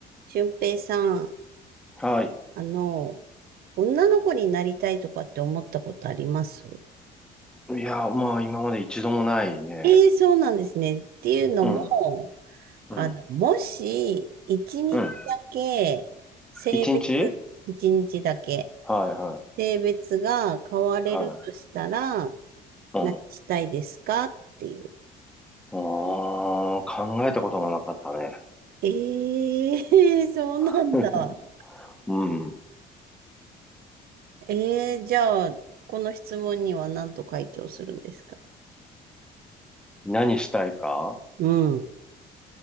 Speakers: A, on the right; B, in the centre.
A: 俊平さん、
B: はい。
A: あの、女の子になりたいとかって思ったことあります
B: いや、まあ、今まで一度もないね。
A: ええーそうなんですね。っていうのも、
B: うん、うん、
A: あの、もし、一日だけ、
B: うん。
A: 性別、
B: 一日
A: 一日だけ、
B: はい、
A: 性別が変われるとしたら、
B: はい、はい。うん。
A: 何したいですかっていう。
B: ああ考えたことがなかったね。
A: ええー <laughs> そうなんだ。
B: <laughs> うん。
A: ええーじゃあ、この質問には何と回答するんですか
B: 何したいか
A: うん。